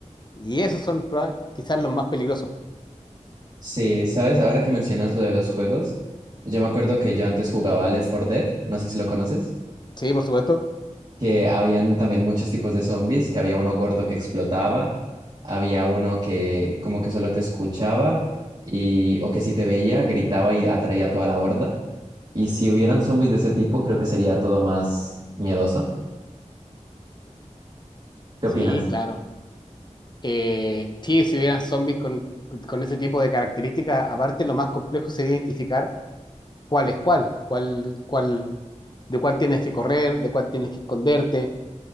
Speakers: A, on the left; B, on the right.
A: Y esos son proba- quizás los más peligrosos.
B: Sí, ¿sabes? Ahora que mencionas lo de los juegos, yo me acuerdo que yo antes jugaba al Left 4 Dead, no sé si lo conoces,
A: Sí, por supuesto.
B: que habían también muchos tipos de zombies, que había uno gordo que explotaba, había uno que como que solo te escuchaba y o que si te veía gritaba y atraía a toda la horda. Y si hubieran zombies de ese tipo, creo que sería todo más miedoso. ¿Qué
A: Sí,
B: opinas?
A: claro. Eh, sí, si hubieran zombies con, con ese tipo de características, aparte lo más complejo sería identificar cuál es cuál, cuál, cuál, de cuál tienes que correr, de cuál tienes que esconderte.